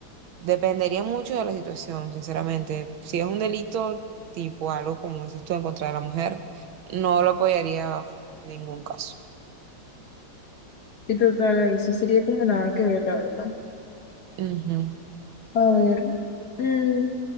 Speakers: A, on the right (about 75°); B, on the left (about 50°).
A: dependería mucho de la situación, sinceramente. Si es un delito tipo algo como dices tú en contra de la mujer, no lo apoyaría bajo ningún caso.
B: ¿Y tú para ahí? Sí sería como nada que ver, la verdad.
A: Ujú.
B: A ver, mm,